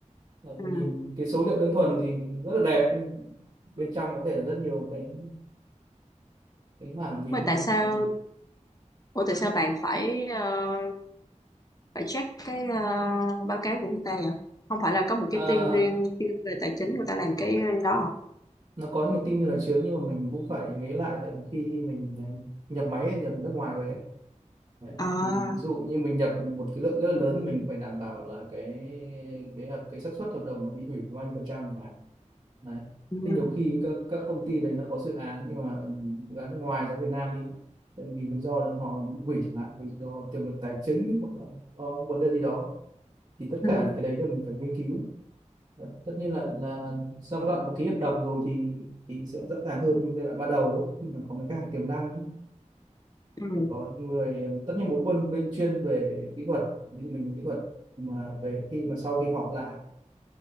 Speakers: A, on the right (about 40°); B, on the left (about 30°).
A: là nhìn
B: Ừ.
A: cái số liệu đơn thuần thì rất là đẹp nhưng bên trong có thể là rất nhiều cái cái mảng miếng
B: Mà
A: mà
B: tại
A: mình
B: sao,
A: mình-
B: ủa tại sao bạn phải ờ, phải check cái ờ, báo cáo của người ta à? Không phải là có một
A: à,
B: cái team riêng chuyên về tài chính người ta làm cái đó à?
A: nó có một team như là trước nhưng mà mình cũng phải nghĩ lại tại vì khi mình ờ, nhập máy nhập từ nước ngoài về Đấy.
B: À,
A: Thì ví dụ như mình nhập một cái lượng rất là lớn mình phải đảm bảo là cái cái hợp cái xác suất hợp đồng nó bị hủy là bao nhiêu phần trăm chẳng hạn. đấy
B: ừ,
A: thế nhiều khi các các công ty đấy nó có dự án nhưng mà dự án nước ngoài ra Việt Nam đi tại vì lý do là họ bị hủy chẳng hạn vì do tiềm lực tài chính hoặc là có vấn đề gì đó thì tất
B: ừ,
A: cả những cái đấy là mình phải nghiên cứu Đấy. tất nhiên là là sau cái đoạn mà ký hợp đồng rồi thì thì sẽ rõ ràng hơn giai đoạn ban đầu ấy, khi mà có mấy cái hàng tiềm năng ấy
B: ừ.
A: phải có những người tất nhiên một bên bên chuyên về kỹ thuật ví dụ mình về kỹ thuật mà về khi mà sau khi họp lại